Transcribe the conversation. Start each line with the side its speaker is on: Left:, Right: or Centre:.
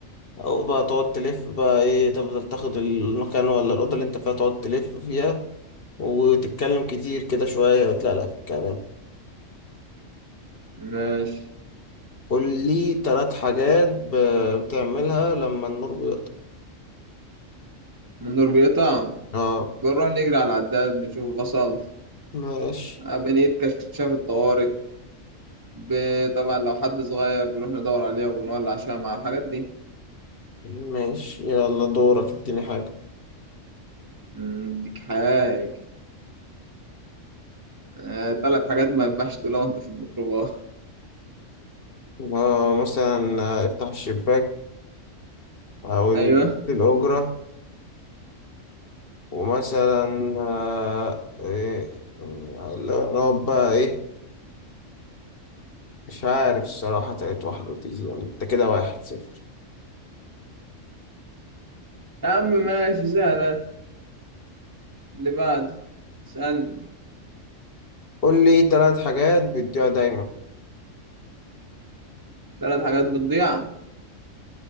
Left: أو بقى تقعد تلف بقى ايه تفضل تاخد المكان ولا الأوضة اللي انت فيها تقعد تلف فيها وتتكلم كتير كده شوية وتلاقي في الكلام
Right: ماشي
Left: قول لي تلات حاجات ب- بتعملها لما النور بيقطع
Right: من النور بيقطع
Left: اه
Right: بنروح نجري على العداد نشوفه فصل
Left: ماشي
Right: آه، بنقيت كشاف الطوارئ ب- طبعا لو حد صغير بنروح ندور عليها وبنولع شمعة مع الحاجات دي
Left: ماشي يلا دورك اديني حاجة
Right: أمم، ديك حاجة آه، تلات حاجات ما ينفعش تقولها وانت في الميكروباص
Left: آه مثلا آه، افتح الشباك أو نشوف
Right: <laughs> ايوه
Left: الأجرة ومثلا آه، إيه، آه، لا، نقعد بقى إيه مش عارف الصراحة تالت واحدة دي يعني أنت كده واحد صفر
Right: يا عم ماشي سهلة اللي بعده اسألني
Left: قول لي تلات حاجات بتبيع دايما
Right: تلات حاجات بتضيع